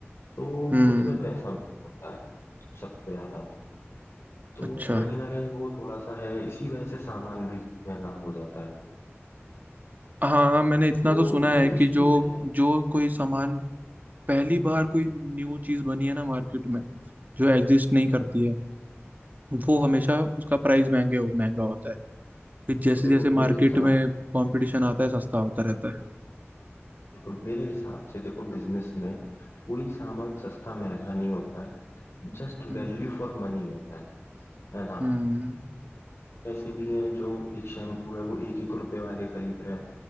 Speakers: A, on the left; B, on the right.
A: तो
B: हम्म
A: उसमें पैसा होता है सबसे ज्यादा तो
B: अच्छा
A: कहीं ना कहीं वो थोड़ा-सा है, इसी वजह से सामान भी महँगा हो जाता है।
B: हाँ मैंने इतना
A: तो
B: तो सुना है
A: ये
B: कि
A: इश्यूज़
B: जो
A: हैं,
B: जो कोई सामान पहली बार कोई न्यू चीज बनी है ना मार्केट में जो एग्जिस्ट नहीं करती है वो हमेशा उसका प्राइस महंगे हो, महंगा होता है फिर जैसे
A: तो देखो
B: जैसे मार्केट
A: मेरे हिसाब
B: में
A: से
B: कंपटीशन आता है सस्ता होता रहता है
A: देखो मेरे हिसाब से देखो बिज़नेस में कोई सामान सस्ता महँगा नहीं होता है, जस्ट
B: हम्म
A: वैल्यू फॉर मनी होता है, है ना?
B: हम्म
A: ऐसे भी हैं जो एक शैम्पू है वो एक एक रुपए वाले खरीद रहे हैं,